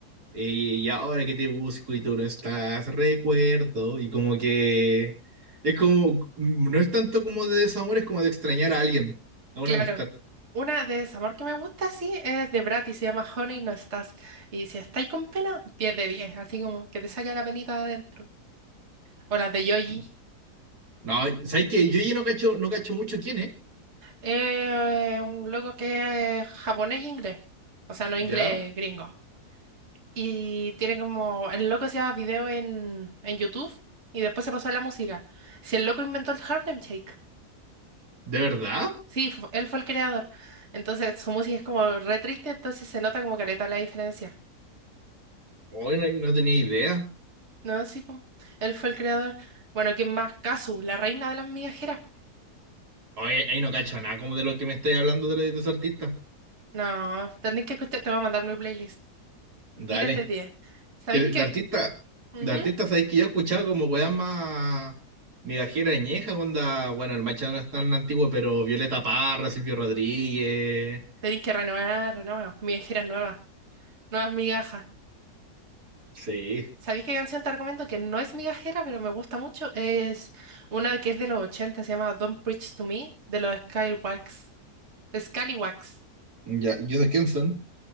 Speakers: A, on the right; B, on the right.
A: eh, Y ahora que te busco y tú no estás, recuerdo. Y como que. Es como. No es tanto como de desamor, es como de extrañar a alguien, a
B: claro.
A: una amistad.
B: Una de desamor que me gusta, sí, es de Brat y se llama Honey, no estás. Y si estáis con pena, 10 de 10 así como que te saca la penita de adentro. O las de Yoji.
A: Brígido. No, ¿sabes qué? Yo ya no cacho, no cacho mucho quién es.
B: Eh, un loco que es japonés y inglés. O sea, no inglés
A: ¿Ya?
B: gringo. Y tiene como. El loco hacía video en, en YouTube y después se pasó a la música. Si el loco inventó el Harlem Shake.
A: ¿De verdad?
B: Sí, fu- él fue el creador. Entonces su música es como re triste, entonces se nota como caleta la diferencia.
A: Hoy no, no tenía idea.
B: No, sí, po. Él fue el creador. Bueno, ¿quién más? Kazu, la reina de las migajeras.
A: Hoy ahí no cacho nada como de lo que me estáis hablando de, los- de esos artistas.
B: No, tenés que escuchar, te voy a mandar mi playlist. Diez
A: Dale.
B: de diez. ¿Sabéis
A: Que de,
B: que?
A: de artista,
B: Ujú.
A: de artista, ¿sabes que Yo he escuchado como weas más migajera añeja, onda. Bueno, el Macha no es tan antiguo, pero Violeta Parra, Silvio Rodríguez.
B: Tenéis que renovar, renovar. Migajeras nuevas, nuevas migajas.
A: Sí.
B: ¿Sabéis qué canción te recomiendo que no es migajera, pero me gusta mucho? Es una que es de los 80. se llama Don't Preach to Me, de los Skywalks. Scallywags.
A: Ya, ¿y esos quién son?